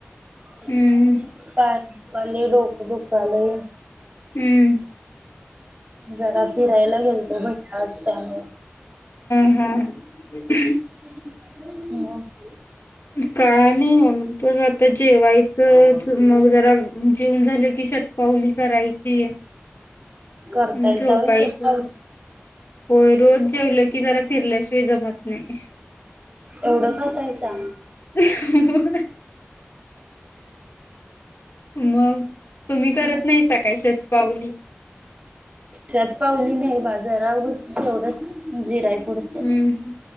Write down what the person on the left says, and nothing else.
हम्म
हम्म
<inaudible> <inaudible>
काय नाही आणि. <unintelligible> त जेवायच मग जरा जीवुन झालं की शतपाउली करायची.
आणि झोपायचं
होय रोज जेवल की कि जरा फिरल्या शजमत नही.
होय. मग तुम्ही करत नाही सकाळीसच पाउली.
हम्म,
हम्,